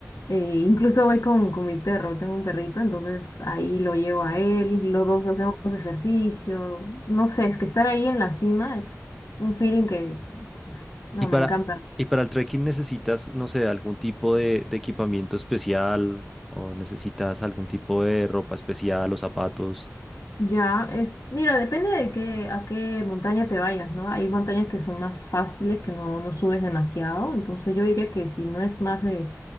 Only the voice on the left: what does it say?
Eh, incluso voy con, con mi perro, tengo un perrito, entonces ahí lo llevo a él, los dos hacemos ejercicio. No sé, es que estar ahí en la cima es un feeling que, no,
me
encanta.
Ya, es- mira, depende de qué, a qué montaña te vayas, ¿no? Hay montañas que son más fáciles, que no, no subes demasiado, entonces yo diría que si no es más de,